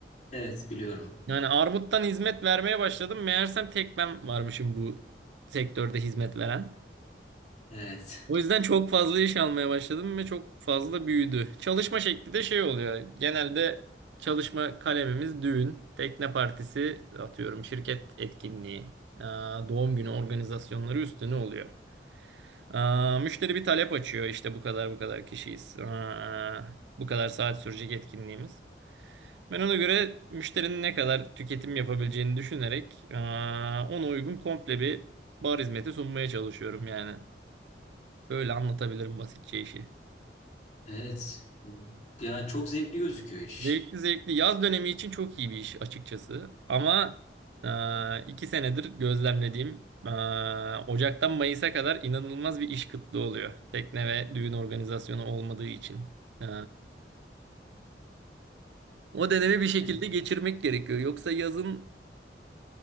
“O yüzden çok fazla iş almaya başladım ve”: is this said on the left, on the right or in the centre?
Right